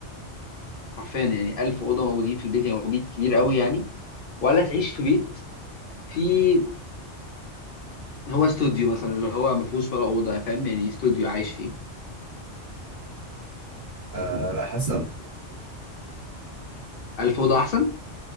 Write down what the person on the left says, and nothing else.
حرفيا يعني ألف أوضة موجودين في البيت يعني هو بيت كبير قوي يعني ولا تعيش في بيت فيه هو استوديو مثلا اللي هو ما فيهوش ولا أوضة فاهم يعني استوديو عايش فيه
ألف أوضة أحسن